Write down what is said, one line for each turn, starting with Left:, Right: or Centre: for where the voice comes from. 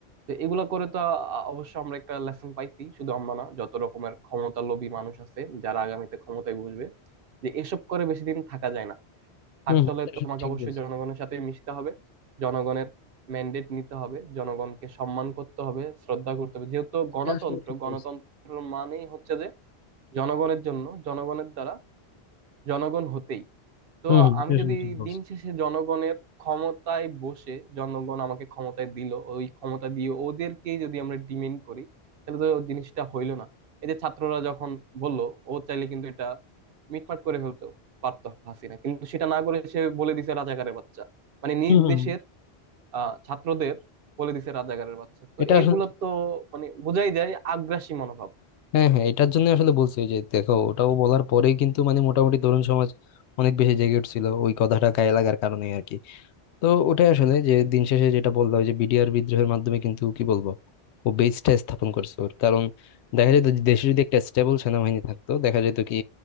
Right: তো এগুলা করে তো আ- অবশ্য আমরা একটা লেসন পাইছি শুধু আমরা না যত রকমের ক্ষমতালোভী মানুষ আছে যারা আগামীতে ক্ষমতায় বসবে যে এসব করে বেশি দিন থাকা যায় না থাকতে
Left: হুম হুম,
Right: হলে
Left: এটা আসলে
Right: তোমাকে
Left: ঠিক
Right: অবশ্যই
Left: বলছো
Right: জনগণের সাথে মিশতে হবে জনগণের ম্যান্ডেট নিতে হবে জনগণকে সম্মান করতে হবে শ্রদ্ধা করতে হবে যেহেতু
Left: এটা
Right: গণতন্ত্র
Left: আসলে ঠিক
Right: গণতন্ত্র
Left: বলছো
Right: মানেই হচ্ছে যে জনগণের জন্য জনগণের দ্বারা জনগণ হতেই তো
Left: হুম হুম
Right: আমি
Left: এটা আসলে
Right: যদি
Left: ঠিক বলছো
Right: দিন শেষে জনগণের ক্ষমতায় বসে জনগণ আমাকে ক্ষমতায় দিল ওই ক্ষমতা দিয়ে ওদেরকেই যদি আমরা ডিমেন্ড করি তাহলে তো জিনিসটা হইলো না এই যে ছাত্ররা যখন বলল ও চাইলে কিন্তু এটা মিটমাট করে ফেলতে পারতো হাসিনা কিন্তু সেটা না করে সে বলে দিছে রাজাকারের বাচ্চা মানে নিজ
Left: হুম হুম
Right: দেশের
Left: হুম,
Right: আহ ছাত্রদের বলে দিছে রাজাকারের বাচ্চা তো
Left: এটা
Right: এইগুলা
Left: আসলে ঠিক।
Right: তো মানে বোঝাই যায় আগ্রাসী মনোভাব
Left: হ্যাঁ হ্যাঁ এটার জন্য আসলে বলছি যে দেখো ওটাও বলার পরেই কিন্তু মানে মোটামুটি তরুণ সমাজ অনেক বেশি জেগে উঠছিল ওই কথাটা গায়ে লাগার কারণে আর কি তো ওটাই আসলে যে দিন শেষে যেটা বললাম যে বিডিআর বিদ্রোহের মাধ্যমে কিন্তু কি বলবো ও বেসটা স্থাপন করছে ওর কারণ দেখা যেত যে দেশে যদি একটা স্টেবল সেনাবাহিনী থাকতো দেখা যেত কি